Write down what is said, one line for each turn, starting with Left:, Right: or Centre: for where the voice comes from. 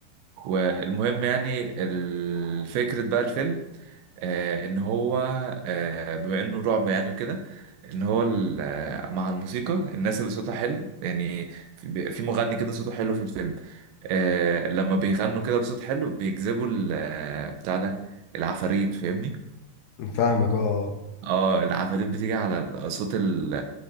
Right: والمهم يعني الفكرة بقى الفيلم آه ان هو آه بما انه رعب يعني وكده ان هو ال- آه، مع الموسيقى الناس اللي صوتها حلو يعني في في مغني كده صوته حلو في الفيلم آه لما بيغنوا كده بصوت حلو بيجذبوا ال- آه، بتاع ده العفاريت فاهمني
Left: فاهمك اه آه.
Right: اه العفاريت بتيجي على صوت ال